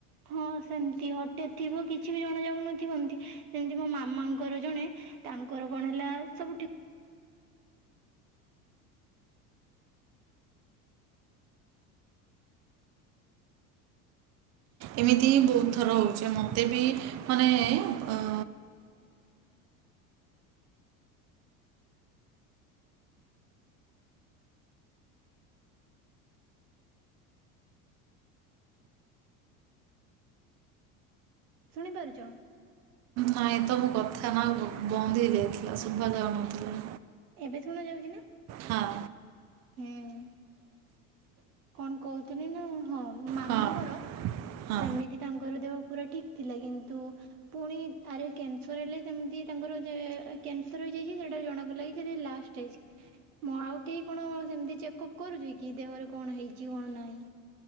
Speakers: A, on the right; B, on the right.
A: ହଁ ସେମିତି ହଠାତ୍ ଥିବ କିଛି ବି ଜଣା ଯାଉନଥିବ, ଏମିତି, ସେମିତି ମୋ ମାମାଙ୍କର ଜଣେ ତାଙ୍କର କଣ ହେଲା, ସବୁଠି
B: ଏମିତି ବହୁତ ଥର ହଉଛି, ମତେ ବି ମାନେ ଅ
A: ଶୁଣିପାରୁଛ?
B: ନାଇଁ ତ ମୋ କଥା ନା ବନ୍ଦ ହେଇଯାଇଥିଲା, ଶୁଭ ଯାଉନଥିଲା।
A: ଏବେ ଶୁଣା ଯାଉଛି ନା
B: ହଁ
A: ହୁଁ କଣ କହୁଥିଲି ନା, ହଁ ମାମାଙ୍କର
B: ହଁ ହଁ
A: ସେମିତି ତାଙ୍କର ଦେହ ପୁରା ଠିକ ଥିଲା କିନ୍ତୁ ପୁଣି ଆରେ କ୍ୟାନସର ହେଲେ, ସେମିତି ତାଙ୍କର ଯେ -କ୍ୟାନସର ହେଇଯାଇଛି, ସେଟା ଜଣାପଇଲାକି ସେଇଟା ଲାଷ୍ଟଷ୍ଟେଜ ମୁଁ ଆଉ କେହି କଣ ସେମତି ଚେକଅପ୍ କରୁଛି କି, ଦେହରେ କଣ ହେଇଛି, କଣ ନାହିଁ,